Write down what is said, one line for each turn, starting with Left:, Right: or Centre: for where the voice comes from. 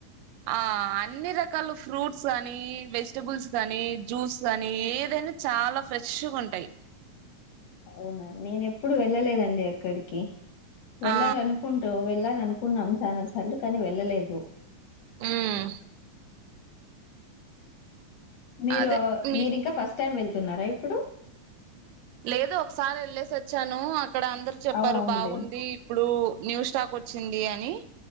Right: ఆ అన్ని రకాల ఫ్రూట్స్ కాగానీ వెజిటబుల్స్ కానీ జ్యూస్ కాని ఏదైనా చాలా ఫ్రెష్గా ఉంటాయి
Left: అవునా నేన ఎప్పుడు వెళ్ళలేదండి అక్కడికి వెళ్ళాలనుకుంటూ
Right: ఆ
Left: వెళ్ళ అనుకున్నాం చాలా సార్లు కాని వెళ్ళలేదు
Right: ఉమ్
Left: మీరు
Right: అదే మీ
Left: మీరు ఇంకా ఫస్ట్ టైం వెళ్తున్నారా ఇప్పుడు
Right: లేదు ఒకసారి వెళ్ళేసి వచ్చాను అక్కడ అందరు చెప్పారు
Left: అవు అవునులే
Right: బాగుంది ఇప్పుడు న్యూ స్టాక్ వచ్చింది అని